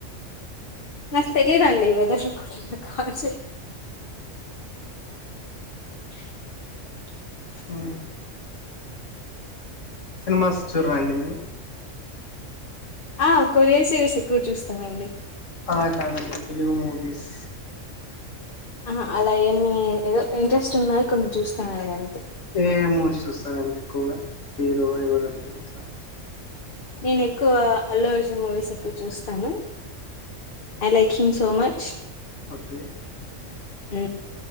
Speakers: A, on the left; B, on the left.
A: నాకు తెలిదండి వెదర్ రిపోర్టింగ్కి కాల్ <unintelligible> <inaudible>
B: హు సినిమాస్ చూడర అండి మీరు
A: ఆ కొరియన్సు సిరీస్ ఎక్కువ చూస్తానండి
B: అల కాదండి తెలుగు మూవీస్
A: ఆహా అలా ఏమి ఏదో ఇంట్రెస్ట్ ఉన్నవి కొన్ని చూస్తానండి అంతే
B: ఏ మూవీస్ చూస్తారండి ఎక్కువగా హీరో ఎవరండి అట్ల
A: నేను ఎక్కువ అల్లు అర్జున్ మూవీస్ ఎక్కువ చూస్తను I like him so much
B: okay
A: ఉ